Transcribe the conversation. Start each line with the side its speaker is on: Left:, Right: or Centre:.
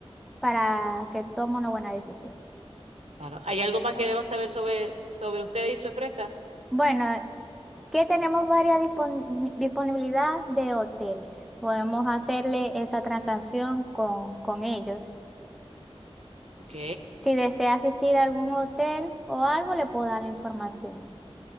Centre: para que tome una buena decisión.
Right: Claro. ¿Hay algo más que deba saber sobre, sobre usted y su empresa?
Centre: Bueno, que tenemos varias dispon- disponibilidad de hoteles. Podemos hacerle esa transacción con, con ellos.
Right: Ok.
Centre: Si desea asistir a algún hotel o algo, le puedo dar la información.